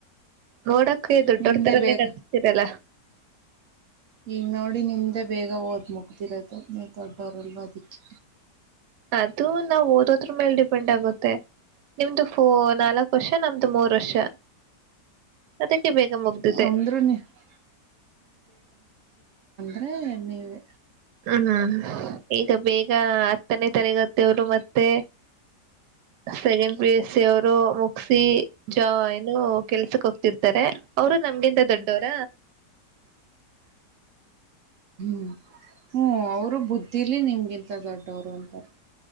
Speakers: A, on the right; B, on the right.
A: ನೋಡಕ ದೊಡ್ಡೋರ್
B: ನಿಮ್ದೇ
A: ತರನೇ
B: ಬೇಗ
A: ಕಾಣಿಸತೀರಲ್ಲ
B: ಈಗ ನೋಡಿ ನಿಮ್ದೇ ಬೇಗ ಓದ್ ಮುಗದಿರೋದ ನೀವು ದೊಡ್ಡವರಲ್ವ ಅದಕ್ಕೆ.
A: ಅದು ನಾವು ಓದೋದ್ರ ಮೇಲೆ ಡಿಪೆಂಡ್ ಆಗುತ್ತೆ ನಿಮ್ದು ಫೋನ್ ನಾಲ್ಕು ವರ್ಷ ನಮ್ದು ಮೂರ್ ವರ್ಷ ಅದಕ್ಕೆ ಬೇಗ ಮುಗ್ದಿದೆ.
B: ಅಂದ್ರೂ ನೀವು ಹ್ಮ ನೀವೆ
A: ಹ್ಮ್ ಈಗ ಬೇಗ ಹತ್ತನೇ ತರಗತಿಯವರು ಮತ್ತೆ ಸೆಕೆಂಡ್ ಪಿ ಯು ಸಿ ಅವರು. ಸಿ ಜಾ ಏನು ಕೆಲ್ಸಕ್ ಹೋಗ್ತಿರ್ತಾರೆ ಅವರು ನಮಗಿಂದ ದೊಡ್ಡವರ
B: ಹ್ಮ್ ಅವರು ಬುದ್ಧಿಲಿ ನಿಮಗಿಂತ ದೊಡ್ಡವರು ಮತ್ತೆ ದೊಡ್ಡವರು ಅಂತರ್ತ.